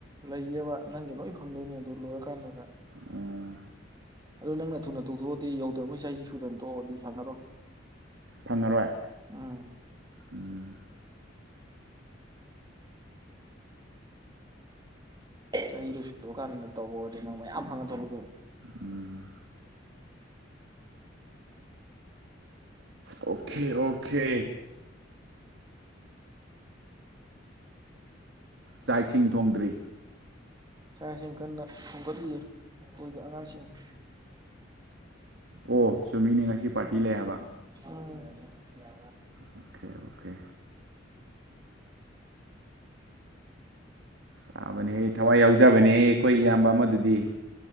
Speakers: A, on the right; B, on the right.
A: ꯂꯩꯌꯦꯕ ꯅꯪꯒꯤ ꯂꯣꯏ ꯐꯪꯗꯣꯏꯅꯦ ꯑꯗꯨ ꯂꯣꯏꯔꯀꯥꯟꯗꯨꯗ
B: ꯎꯝ
A: ꯑꯗꯨꯗꯣ ꯅꯪꯅ ꯊꯨꯅ ꯇꯣꯛꯊꯣꯛꯑꯗꯤ ꯌꯧꯗ꯭ꯔꯉꯩ ꯆꯍꯤ ꯁꯨꯗꯅ ꯇꯣꯛꯑꯗꯤ ꯐꯪꯉꯔꯣꯏ
B: ꯐꯪꯉꯔꯣꯏ
A: ꯎꯝ
B: ꯎꯝ
A: ꯆꯍꯤꯗꯨꯣ ꯁꯨꯔ ꯀꯥꯟꯗ ꯇꯧꯕꯔꯗꯤ ꯅꯪ ꯃꯌꯥꯝ ꯐꯪꯉ ꯊꯧꯗꯣ
B: ꯎꯝ ꯑꯣꯀꯦ ꯑꯣꯀꯦ ꯆꯥꯛ ꯏꯁꯤꯡ ꯊꯣꯡꯗ꯭ꯔꯤ
A: ꯁꯥ ꯁꯟ ꯀꯟꯅ ꯊꯣꯝꯒꯠꯂꯤꯑ ꯑꯩꯈꯣꯏꯒꯤ ꯑꯉꯥꯡꯁꯤꯡꯅ
B: ꯑꯣ ꯆꯨꯝꯃꯤꯅꯦ ꯉꯁꯤ ꯄꯥꯔꯇꯤ ꯂꯩ ꯍꯥꯏꯕ
A: ꯎꯝ ꯌꯥ
B: ꯑꯣꯀꯦ ꯑꯣꯀꯦ ꯆꯥꯕꯅꯦꯍꯦ ꯊꯋꯥꯏ ꯌꯥꯎꯖꯕꯅꯦꯍꯦ ꯑꯩꯈꯣꯏ ꯏꯌꯥꯝꯕ ꯑꯃꯗꯨꯗꯤ